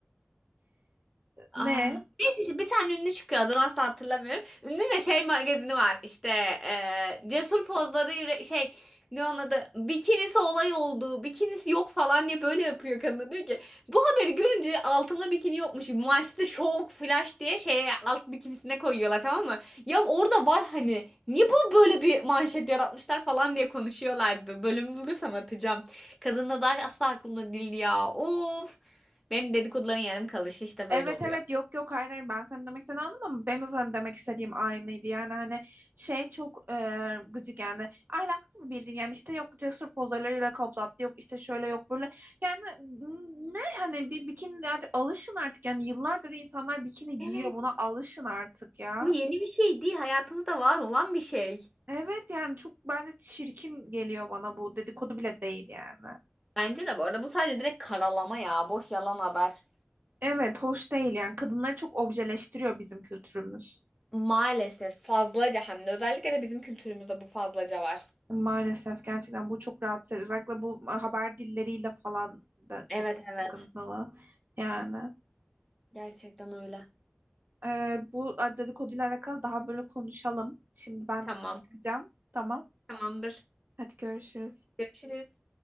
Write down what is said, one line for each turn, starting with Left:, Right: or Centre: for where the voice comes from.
Centre: Aa,
Right: ne
Centre: neyse işte bir tane ünlü çıkıyor adını asla hatırlamıyorum. ünlü de şey magazini var işte e, cesur pozları yüre- şey ne onun adı bikinisi olay oldu bikinisi yok falan diye böyle yapıyor kadın diyor ki bu haberi görünce altımda bikini yokmuş maçta şov flash diye şeye alt bikinisine koyuyorlar tamam mı? Ya orada var hani niye bunu böyle bir manşet yaratmışlar falan diye konuşuyorlardı bölümü bulursam atacağım. Kadın da daha asla aklımda değildi ya of. Benim dedikoduların yarım kalışı işte
Right: Evet
Centre: böyle oluyor.
Right: evet yok yok hayır hayır ben seni demek istediğini anladım ama benim de sana demek istediğim aynıydı yani hani şey çok e, gıcık yani ahlaksız bildiğin yani işte yok cesur pozlarıyla yürek hoplattı yok işte şöyle yok böyle yani ne hani bir bikini de artık alışın artık yani yıllardır insanlar bikini giyiyor
Centre: Evet.
Right: buna alışın artık ya.
Centre: Bu yeni bir şey değil. Hayatımızda var olan bir şey.
Right: Evet yani çok bence çirkin geliyor bana bu dedikodu bile değil yani.
Centre: Bence de bu arada bu sadece direkt karalama ya. Boş yalan haber.
Right: Evet hoş değil yani kadınları çok objeleştiriyor bizim kültürümüz.
Centre: Maalesef fazlaca hem de özellikle de bizim kültürümüzde bu fazlaca var.
Right: Maalesef gerçekten bu çok rahatsız ediyor. Özellikle bu haber dilleriyle falan da çok
Centre: Evet
Right: sıkıntılı.
Centre: evet.
Right: Yani
Centre: Gerçekten öyle.
Right: e, bu dedikoduyla alakalı daha böyle konuşalım. Şimdi ben
Centre: Tamam.
Right: çıkacağım. Tamam.
Centre: Tamamdır.
Right: Hadi görüşürüz.
Centre: Görüşürüz.